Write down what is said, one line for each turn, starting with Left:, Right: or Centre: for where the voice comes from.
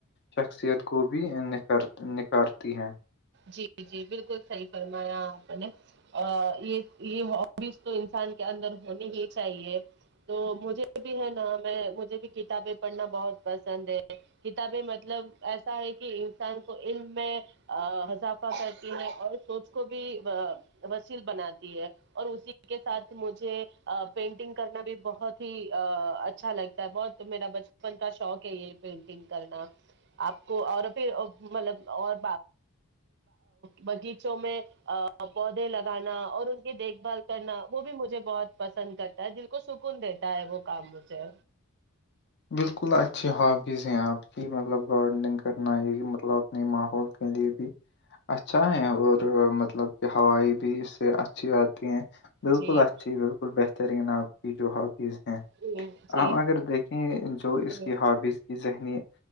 Left: شخصیت کو بھی نکھ نکھارتی ہے
Right: جی جی بالکل صحیح فرمایاپ نے ا یہ یہ ہبیز تو انسان کے اندر ہونی ہی چاہیے تو مجھے بھی ہے نا میں مجھے بھی کتابیں پڑھنا بہت پسند ہے کتابیں مطلب ایسا ہے کہ انسان کو علم میں اضافہ کرتی ہے اور سوچ کو بھی وسیل بناتی ہے اور اسی کے ساتھ مجھے پینٹنگ کرنا بھی بہت ہی اچھا لگتا ہے بہت تو میرا بچپن کا شوق ہے یہ پینٹنگ کرنا آپ کو اور پھر مطلب اور باغیچوں میں پودے لگانا اور ان کی دیکھ بھال کرنا وہ بھی مجھے بہت پسند کرتے دل کو سکون دیتا ہے وہ کام مجھے
Left: بالکل اچھی ہابیز ہیں آپ کی مطلب گارڈننگ کرنا یہ مطلب اپنے ماحول کے لیے بھی اچھا ہے اور مطلب کہ ہوائی بھی اس سے اچھی آتی ہے بالکل
Right: جی
Left: اچھی بالکل بہترین آپ کی جو ہابیز ہیں
Right: ہوں جی
Left: آپ اگر جو اس
Right: ہ
Left: کی ہابیز کی ذہنی